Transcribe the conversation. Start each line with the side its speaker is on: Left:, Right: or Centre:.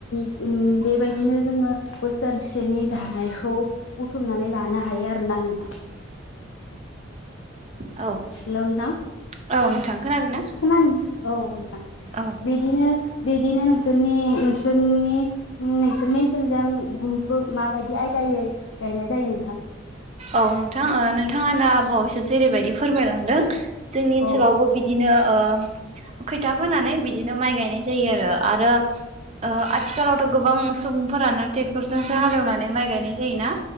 Left: ओम बेबायदिनो जोङो बोसोनसेनि जानायखौ बुथुमनानै लानो हायो आरोोना नोंथां
Right: औ
Left: हेल' नोंथां
Right: औ नोंथां खोनादों ना
Left: खोनादों औ नोंथां
Right: औ
Left: बिदिनो बिदिनो नोंसोरनि नोंसोरनि नोंसोरनि ओनसोलजों माबायदि आयदायै गायनाय जायो नोंथां
Right: औ नोंथां ओ नोंथाङा दा बावैसो जेरैबायदि फोरमायलांदों जोंनि ओनसोलावबो
Left: औ
Right: बिदिनो ओ खैथा फोनानै बिदिनो माइ गायनाय जायो आरो आरो ओ आथिखालावथ' गोबां सुबुंफोरानो टेक टरजों